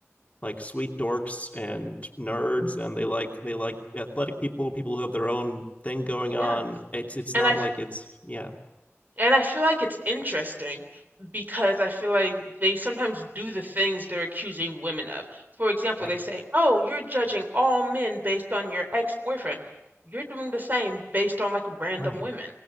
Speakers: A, on the left; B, on the right.
A: like sweet dorks and nerds and they like they like athletic people people who have their own thing going
B: Yeah.
A: on it's it's
B: And
A: not
B: I f-
A: like it's yeah
B: and I feel like it's interesting because I feel like they sometimes do the things they're accusing women of. For example,
A: right
B: they say, "Oh, you're judging all men based on your ex-boyfriend." You're doing the same based on like random
A: right
B: women.